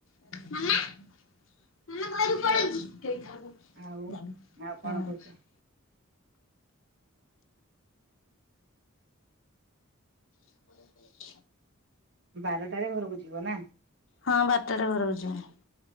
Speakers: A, on the left; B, on the right.
A: <unintelligible> ହଁ।
B: ଆଉ ଆଉ କଣ କହୁଛ
A: <inaudible>
B: ବାରଟାରେ ଘରକୁ ଯିବ ନା।
A: ହଁ ବାରତାରେ ଘରକୁ ଯିମି।